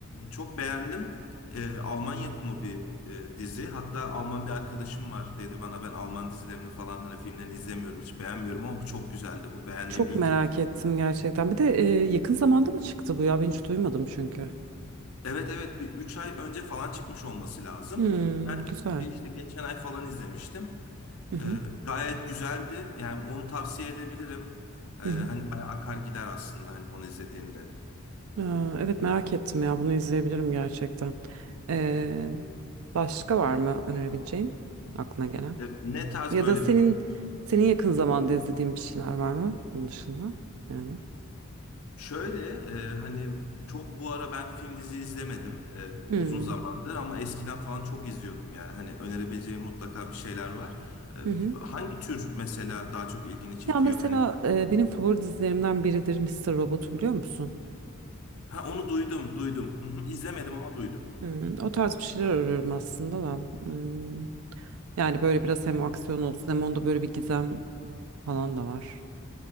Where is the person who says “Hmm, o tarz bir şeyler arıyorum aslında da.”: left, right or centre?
Right